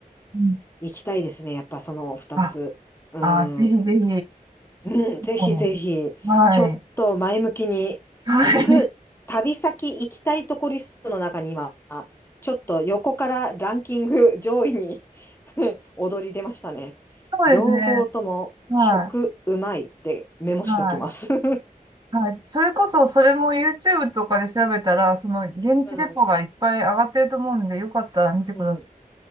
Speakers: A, on the right; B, on the left.
A: うん。
B: 行きたいですね。やっぱその二つ。
A: あ、
B: う
A: あ、ぜひぜひ、
B: ん。うん、ぜひぜひ、
A: うんはい。
B: ちょっと前向きに行く、
A: はい。<laughs>
B: 旅先行きたいとこリストの中に今、ちょっと横からランキング上位に <laughs> 躍り出ましたね。
A: そうですね。
B: 両方とも食うまいってメモしときます。
A: はい。はい。
B: <laughs> う
A: はい。それこそ、それも YouTube とかで調べたら、その、現地レポがいっぱい上がってると思うんで、
B: ん、
A: よかったら見てくださ
B: うん。